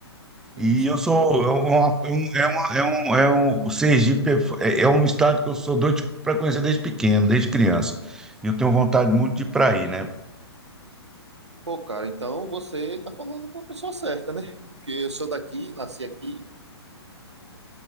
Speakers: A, in the centre; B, on the right.
A: E
B: sim.
A: eu sou eu- é uma- é um- é, uma, é um é um o Sergipe é, é é um estado que eu sou doido para conhecer desde pequeno, desde criança. E Eu tenho vontade muito de ir para aí, né?
B: Pô, cara, então você tá falando com a pessoa certa, né? Porque eu sou daqui, nasci aqui